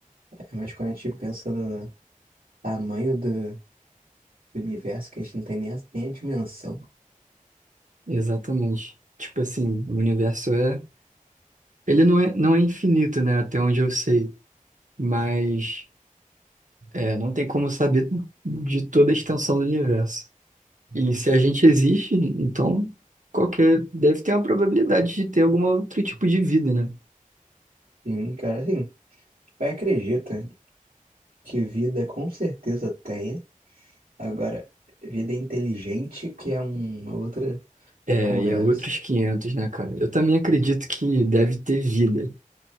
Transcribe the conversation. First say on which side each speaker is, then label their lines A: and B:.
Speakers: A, on the right (about 85°); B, on the right (about 60°).
A: É, mas quando a gente pensa no tamanho do, do universo, que a gente não tem nem a, nem a dimensão.
B: Exatamente. Tipo assim, o universo é. Ele não é, não é infinito, né? Até onde eu sei. Mas é, não tem como saber de toda a extensão do universo. E se a gente existe, então qualquer. Deve ter uma probabilidade de ter algum outro tipo de vida, né?
A: Sim, cara, assim, vai acredita que vida com certeza tem. Agora, vida inteligente que é uma outra
B: É,
A: conversa.
B: e é outros 500, né, cara? Eu também acredito que deve ter vida.